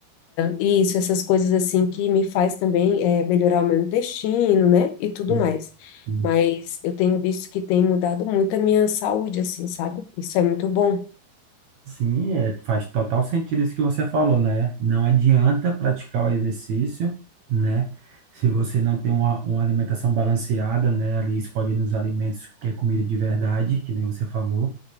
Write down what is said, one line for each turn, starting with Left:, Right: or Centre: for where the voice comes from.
Left: isso, essas coisas assim que me faz também é, melhorar o meu intestino, né? E tudo
Right: Sim,
Left: mais.
Right: sim.
Left: Mas eu tenho visto que tem mudado muito a minha saúde, assim, sabe? Isso é muito bom.
Right: Sim, é, faz total sentido isso que você falou, né? Não adianta praticar o exercício, né? Se você não tem uma, uma alimentação balanceada, né? Ali escolhendo os alimentos que é comida de verdade, que nem você falou.